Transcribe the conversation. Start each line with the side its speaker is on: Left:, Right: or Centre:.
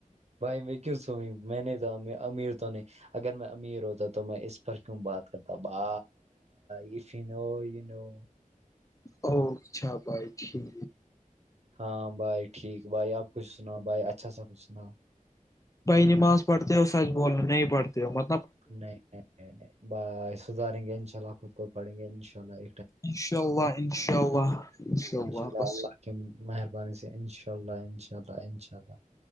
Right: بھائی میں کیوں سوئی میں نہیں تو امیر تو نہیں اگر میں امیر ہوتا تو میں اس پر کیوں بات کرتا با یہ فنو و
Left: اوچھا بھائی ٹھیک
Right: ہاں بھائی ٹھیک بھائی آپ کچھ سنا بھائی اچھا سا کچھ سنا
Left: بہ نماز پڑھتے ہو اور سچ بولنا نہیں پڑتے ہو مل
Right: نہیں سدھاریں گے ان شاء اللہ خود کو پڑھیں گے ان شاء اللہ ا ال
Left: انشاء اللہ انشاء اللہ انشاء
Right: ان شاء اللہ
Left: بس
Right: اللہ مہربانی سے انشاء اللہ انشاء اللہ انشاء اللہ